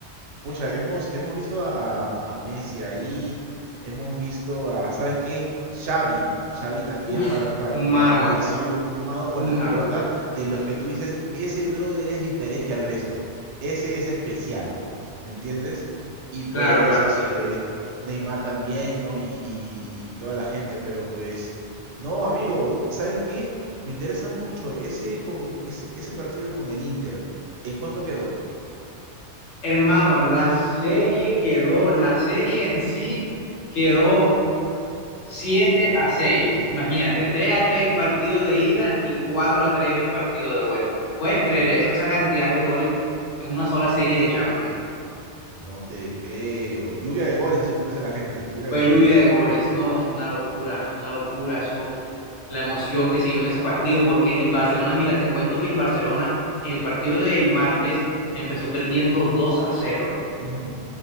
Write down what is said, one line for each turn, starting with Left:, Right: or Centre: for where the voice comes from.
Right: Pucha, hemos, hemos visto a, a- a Messi ahí, hemos visto a, ¿sabes qué? Xavi, Xavi también
Left: Uf,
Right: para, para,
Left: un
Right: para
Left: mago,
Right: mí ha sido un mago con
Left: un
Right: la
Left: mago.
Right: pelota, de los que tú dices, ese brother es diferente al resto, ese es especial, ¿me entiendes? Y pues
Left: Claro, claro,
Right: este,
Left: sí.
Right: Neymar también, ¿no? Y, y, y, y toda la gente, pero pues, no, amigo, ¿sabes qué? Me interesa mucho ese, con, ese, ese partido con el Inter, ¿en cuánto quedó?
Left: Hermano, la serie quedó, la serie en sí quedó 7 a 6. Imagínate, 3 a 3 el partido de ida y 4 a tres el partido de vuelta. ¿Puedes creer eso? Esa cantidad de goles en una sola serie de Champions.
Right: No te creo. Lluvia de goles, así como dice la gente. Lluvia
Left: Fue
Right: de goles.
Left: lluvia de goles. No, fue una locura, fue una locura.
Right: Ah,
Left: Eso, la emoción que se vio en ese partido, porque el Barcelona, mira, te cuento que el Barcelona, el partido del martes empezó perdiendo 2 a cero.
Right: Ujú.